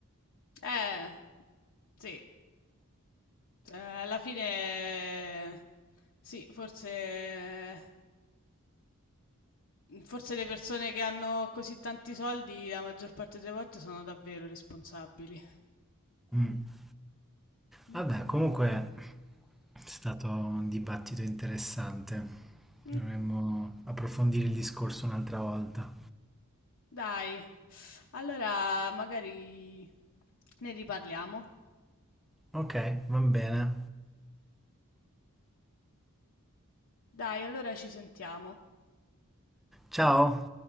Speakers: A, on the left; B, in the centre.
A: Eh, sì. Ehm, alla fine sì, forse forse le persone che hanno così tanti soldi la maggior parte delle volte sono davvero responsabili.
B: Mm.
A: Mh,
B: Vabbè,
A: mh.
B: comunque è stato un dibattito interessante.
A: Mh,
B: Dovremmo approfondire il discorso un'altra volta.
A: dai. Allora magari ne riparliamo.
B: Ok, va bene.
A: Dai, allora ci sentiamo.
B: Ciao.